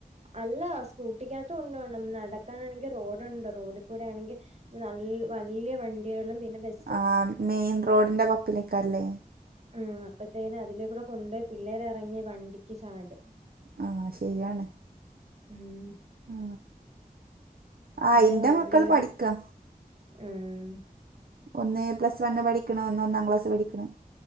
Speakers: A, on the right; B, on the right.
A: അല്ല സ്കൂട്ടിക്കകത്തു കൊണ്ടോണം. നടക്കാനാണെങ്കി റോഡുണ്ട് റോഡി കൂടെ ആണെങ്കി നൽ വല്ല്യ വണ്ടികളും പിന്നെ ബസ്.
B: ആ മെയിൻ റോഡിന്റെ വക്കിലേക്കല്ലേ?
A: ഊം അപ്പത്തേനും അതിലേക്കൂടെ കൊണ്ട് പിള്ളേരെറങ്ങി വണ്ടിക്ക് ചാടും.
B: ആഹ് ശരിയാണ്
A: ഉം
B: ആ
A: പിന്നെ
B: ആ എൻ്റെ
A: വണ്ടീയില്
B: മക്കൾ പഠിക്കുക
A: ഉം
B: ഒന്ന് പ്ലസ് വണ്ണ് പഠിക്കണ് ഒന്ന് ഒന്നാം ക്ലാസ് പഠിക്കണ്